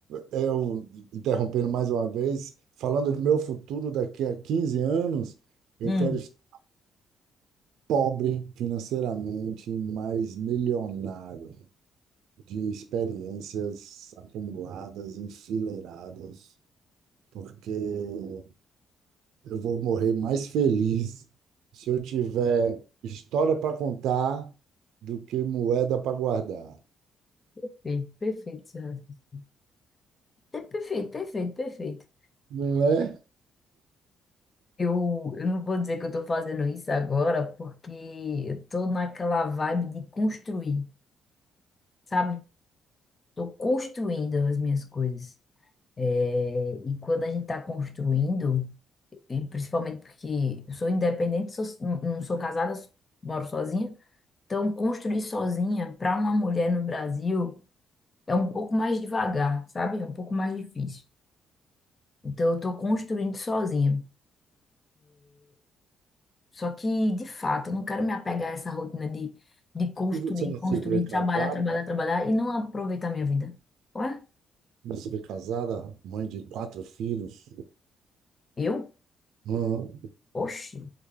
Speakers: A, on the right; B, on the left.
A: é, eu, interrompendo mais uma vez, falando do meu futuro daqui a 15 anos, eu
B: hum,
A: quero estar pobre financeiramente, mas milionário de experiências acumuladas, enfileiradas, porque eu vou morrer mais feliz se eu tiver história para contar do que moeda para guardar.
B: perfeito, perfeito, seu raciocínio. É Perfeito, perfeito, perfeito.
A: Não é?
B: Eu, eu não vou dizer que eu estou fazendo isso agora, porque eu estou naquela vibe de construir, sabe? Estou construindo as minhas coisas. É, e quando a gente está construindo, e principalmente porque eu sou independente, sou- não não sou casada, moro sozinha. Então, construir sozinha para uma mulher no Brasil é um pouco mais devagar, sabe? É um pouco mais difícil. Então, eu estou construindo sozinha. Só que, de fato, eu não quero me apegar a essa rotina de, de construir,
A: E você não
B: construir,
A: se vê casado?
B: trabalhar, trabalhar, trabalhar e não aproveitar a minha vida. Ué?
A: Você foi casada, mãe de quatro filhos.
B: Eu?
A: Hum,
B: Oxi.